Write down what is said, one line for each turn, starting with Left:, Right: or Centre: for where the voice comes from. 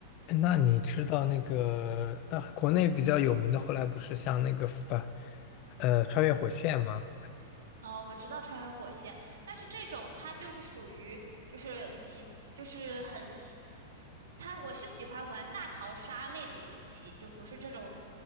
Left: 那你知道那个，那、国内比较有名的，后来不是像那个反，呃，穿越火线吗？
Right: 嗯、呃我知道穿越火线，但是这种它就是属于就是极就是很极，它我是喜欢玩大逃杀类的游戏，就不是这种